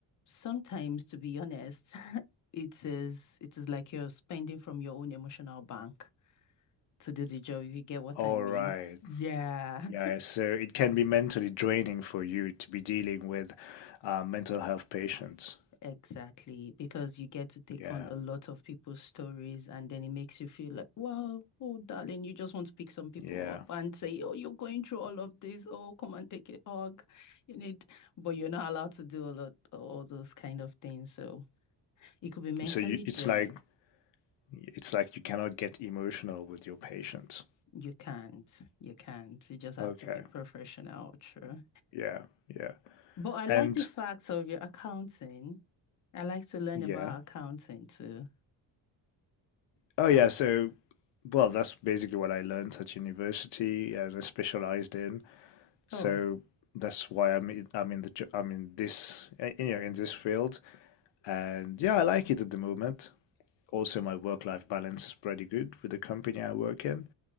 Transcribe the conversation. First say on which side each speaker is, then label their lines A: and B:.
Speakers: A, on the left (about 45°); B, on the left (about 80°).
A: sometimes, to be honest, <laughs> it is it is like you're spending from your own emotional bank to do the job, if you get what
B: All
A: I mean.
B: right.
A: Yeah,
B: Yeah, so it can be mentally draining for you to be dealing with uh, mental health patients.
A: <laughs> exactly. Because you get to take
B: Yeah,
A: on a lot of people's stories, and then it makes you feel like, wow, oh, darling, you just want to pick some people
B: yeah.
A: up and say, oh, you're going through all of this. Oh, come and take a hug. You need, but you're not allowed to do a lot, all those kind of things. So it could be mentally
B: So you,
A: draining.
B: it's like it's like you cannot get emotional with your patients.
A: You can't. You can't. You just have
B: Okay.
A: to be professional, true.
B: Yeah, yeah.
A: But I like
B: And
A: the facts of your accounting. I like to learn
B: yeah.
A: about accounting too.
B: Oh yeah, so well, that's basically what I learned at university and I specialized in. So
A: Oh,
B: that's why I'm in- I'm in the jo- I'm in this uh, you know in this field, and yeah, I like it at the moment. Also, my work-life balance is pretty good with the company I work in.